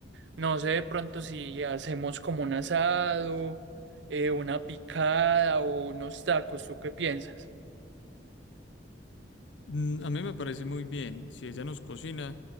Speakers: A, on the right; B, on the left.
A: no sé de pronto si hacemos como un asado, eh, una picada o unos tacos, ¿tú qué piensas?
B: Mm, A mí me parece muy bien. Si ella nos cocina,